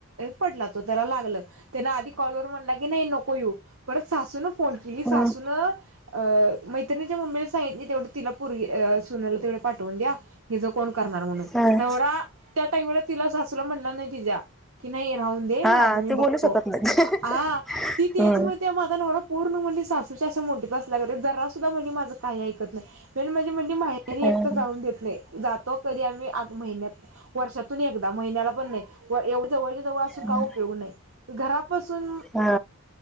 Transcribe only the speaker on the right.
पडला तो त्याला लागला त्याने आधिक कॉलवर म्हणला की नाही नको येऊ परत सासून फोन केली
सासूनूनं अ मैत्रिणीच्या मम्मीला सांगित नाही तेवढं तिला पुरी सुनाला तेवढे पाठवून द्या. हिजं कोण करणार म्हण
नवरा त्या टाइमला तिला सासूला म्हणला नाही तिच्या कि, नाही राहून दे माझ
मी
बघतो
हा ती तेच
म माझा नवरा पूर्ण म्हणली सासूच्या मुठीत समोेर जरा सुद्धा म्हनली माझ काही ऐकत नाही म्हणजे म्हणजे मायारी
एकट जाऊन देत नाही, जात तो कधी आम्ही महिन्यात, वर्षातून एकदा महिन्याला एवढ जवच्या जवळ असून काय
उपयोग नाही घरापासून